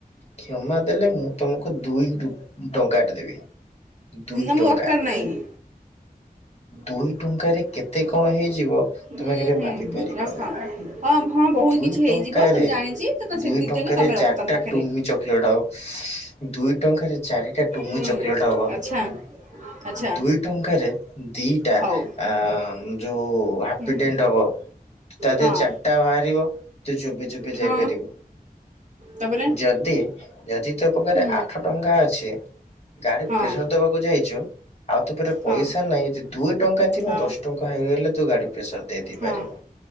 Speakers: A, on the left; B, on the right.
A: କ୍ଷମା ଦେଲେ ମୁଁ ତମକୁ ଦୁଇ ଟଙ୍କା ଦେବି ଦୁଇ
B: ତମେ
A: ଟଙ୍କା
B: ଦରକାର ନାହିଁ
A: ଦୁଇ ଟଙ୍କାରେ କେତେ କଣ ହେଇଯିବ
B: ହୁଁ
A: ତମେ କେବେ
B: ହୁଁ
A: ଭାବି ପାରିବନି
B: ରଖ ହଁ ହଁ ବହୁତ
A: ଦୁଇ
B: କିଛି ହେଇଯିବ
A: ଟଙ୍କାରେ
B: ତମେ ଜାଣିଛି ତ ସେ
A: ଦୁଇ
B: ଦିଟାଙ୍କ
A: ଟଙ୍କାରେ
B: ତମେ ରଖ
A: ଚାରିଟା
B: ତମ ପାଖରେ
A: ଟୁମି ଚକୋଲେଟ ହବ ଦୁଇ ଟଙ୍କାରେ ଚାରିଟା ଟୁମି
B: ହୁଁ
A: ଚକୋଲେଟ ହବ
B: ଆଚ୍ଛା ଆଚ୍ଛା
A: ଦୁଇ ଟଙ୍କାରେ ଦି
B: ହଉ
A: ଆ ଯୋଉ ହାପିଡେଣ୍ଟ
B: ହୁଁ
A: ହବ ତା ଦେହରେ
B: ହଁ
A: ଚା <unintelligible> ବାହାରିବ ତୁ ଚୋବେଇ ଚୋବେଇ ଯାଇପାରିବୁ।
B: ହଁ ତାପରେ
A: ଯଦି ଯଦି ତୋ ପାଖରେ
B: ହୁଁ
A: ଆଠ ଟଙ୍କା ଅଛି ଗାଡି
B: ହଁ
A: ପ୍ରେସର ଦବାକୁ ଯାଇଛୁ, ଆଉ ତୋ ପାଖରେ ପଇସା
B: ହଁ
A: ନାହିଁ, ଯଦି ଦୁଇ ଟଙ୍କା ଥିବ
B: ହଁ
A: ଦଶ ଟଙ୍କା ହେଇଗଲେ ତୁ ଗାଡି ପ୍ରେସର ଦେଇଦେଇପାରିବୁ।
B: ହଁ